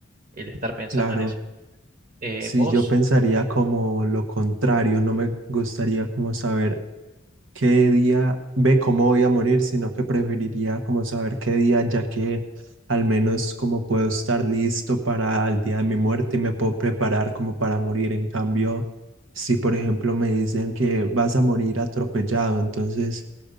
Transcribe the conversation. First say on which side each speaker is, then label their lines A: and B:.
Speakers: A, on the right; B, on the right.
A: el estar pensando
B: Claro,
A: en eso. Eh,
B: si
A: vos,
B: yo pensaría como lo contrario, no me gustaría como saber qué día ve cómo voy a morir, sino que preferiría como saber qué día, ya que al menos como puedo estar listo para el día de mi muerte y me puedo preparar como para morir. En cambio, si por ejemplo me dicen que vas a morir atropellado, entonces